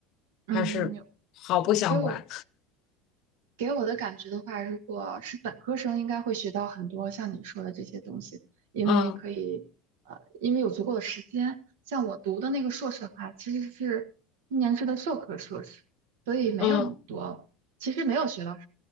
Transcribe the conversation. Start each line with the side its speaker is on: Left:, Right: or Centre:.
Right: 嗯，
Left: 还是毫不相关？
Right: 给我。给我的感觉的话，如果是本科生，应该会学到很多像你说的这些东西，因为可以，
Left: 嗯
Right: 呃，因为有足够的时间。像我读的那个硕士的话，其实是一年制的授课硕士，所以没有那么多，
Left: 嗯嗯
Right: 其实没有学到什